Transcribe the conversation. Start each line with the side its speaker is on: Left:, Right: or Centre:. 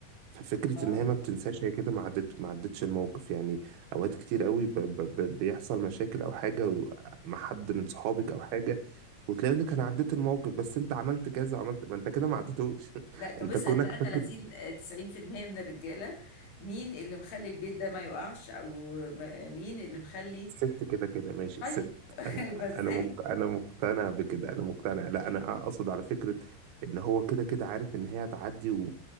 Right: ففكرة
Left: اه
Right: إن هي ما بتنساش هي كده ما عدت ما عدتش الموقف يعني أوقات كتير قوي ب... ب... ب... بيحصل مشاكل أو حاجة و- مع حد من صحابك أو حاجة وتلاقي يقول لك أنا عديت الموقف بس أنت عملت كذا عملت ما أنت كده ما عدتوش <laughs>
Left: لا طب
Right: أنت
Left: اسأل
Right: كونك
Left: بقى 30
Right: فاكر
Left: آه، 90% من الرجالة مين اللي مخلي البيت ده ما يقعش او م- آه، مين اللي مخلي
Right: الست كده كده ماشي
Left: طيب
Right: الست
Left: <laughs>
Right: أنا
Left: يبقى ازاي
Right: أنا مك... أنا مقتنع بكده أنا مقتنع لا أنا أقصد على فكرة إن هو كده كده عارف إن هي هتعدي و...